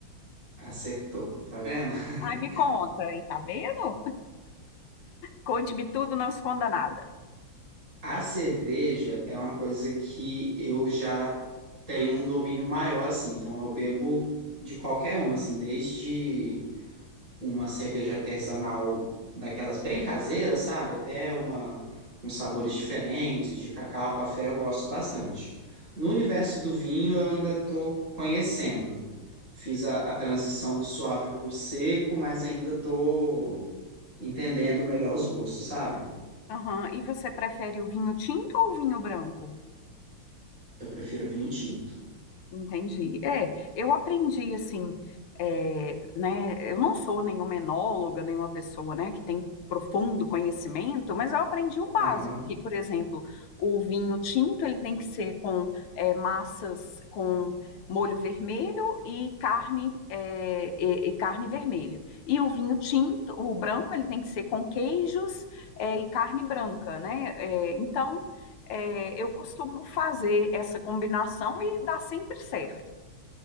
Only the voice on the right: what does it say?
acertou. Tá vendo? <laughs>
A cerveja é uma coisa que eu já tenho um domínio maior, assim. Então, eu bebo de qualquer uma, assim, desde uma cerveja artesanal daquelas bem caseiras, sabe? Até uma com sabores diferentes, de cacau, café, eu gosto bastante. No universo do vinho, eu ainda estou conhecendo. Fiz a, a transição do suave para o seco, mas ainda estou entendendo melhor os gostos, sabe?
Eu prefiro vinho tinto.
Aham.